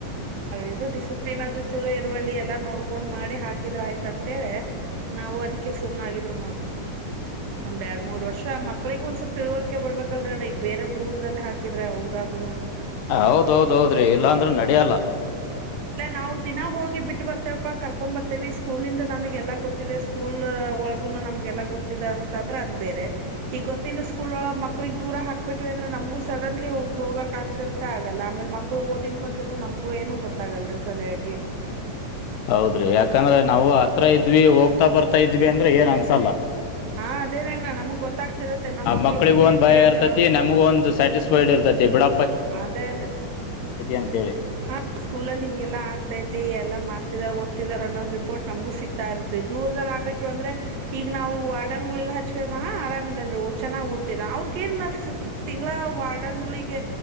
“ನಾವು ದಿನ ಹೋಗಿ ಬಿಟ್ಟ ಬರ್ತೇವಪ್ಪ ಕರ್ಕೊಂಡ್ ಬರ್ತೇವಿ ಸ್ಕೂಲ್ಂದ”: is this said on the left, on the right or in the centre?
Right